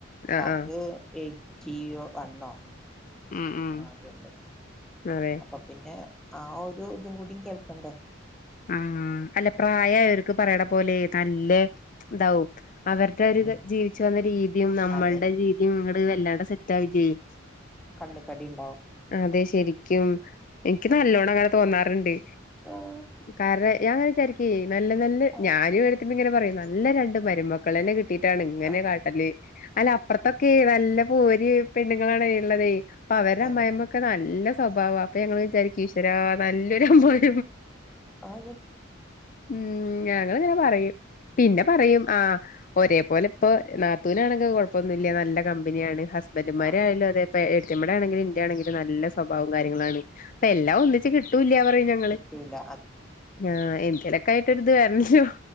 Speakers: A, in the centre; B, on the left.
A: പാക്ക്
B: ആഹ് ആഹ്
A: ഏറ്റി വണ്ണോ
B: ഉം ഉം
A: ആ അതണ്ട്
B: അതെ
A: അപ്പൊ പിന്നെ ആ ഒരു ഇതും കൂടി കേൾക്കണ്ടേ.
B: ആഹ് അല്ല പ്രായയർക്ക് പറയണ പോലെ നല്ല ഇതാവും. അവരുടെ ഒരു
A: ഉം
B: ജീവിച്ചു വന്ന രീതിയും നമ്മളുടെ
A: അതെ
B: രീതിയും ഇങ്ങട് വല്ലാടെ സെറ്റ് ആവെ ചെയ്
A: കണ്ണുകടിണ്ടാവും.
B: അതെ ശരിക്കും എനിക്ക് നല്ലോണം അങ്ങനെ തോന്നാറ്ണ്ട്.
A: ആഹ്
B: കാരണം ഞ അങ്ങനെ വിചാരിക്ക നല്ല നല്ല
A: ആഹ്
B: ഞാനും എത്തി് ഇങ്ങനെ പറയും നല്ല രണ്ട് മരുമക്കള് ന്നെ കി കിട്ടീട്ടാണ് ഇങ്ങനെ
A: അത്
B: കാട്ടല്. അല്ല അപ്പുറത്തൊക്കെ നല്ല പോര് പെണ്ണുങ്ങളാണ് ഇള്ളതേ അപ്പൊ അവരുടെ
A: തന്നെ
B: അമ്മായിമ്മക്കെ നല്ല സ്വഭാവ. അപ്പൊ ഞങ്ങള് വിചാരിക്കും ഈശ്വര നല്ലൊരു അമ്മയി
A: ആ
B: ഉം ഞങ്ങളിനെ പറയും പിന്നെ പറയും ആഹ് ഒരേപോലെ ഇപ്പൊ നാത്തൂനാണെങ്കി കുഴപ്പൊന്നുല്ല നല്ല കമ്പനിയാണ് ഹസ്ബന്റുമാരായാലും
A: ആഹ്
B: അതേപ്പ മമ്മടെ ആണെങ്കിലും എന്റെ ആണെങ്കില നല്ല സ്വഭാവം കാര്യങ്ങളാണ്. അപ്പ എല്ലാം ഒന്നിച്ച് കിട്ടൂല്ല്യ പറഞ്ഞാ
A: കിട്ടൂല്ല.
B: ആഹ് എന്തേലൊക്കെ ആയിട്ടൊരിത് വരണല്ലോ.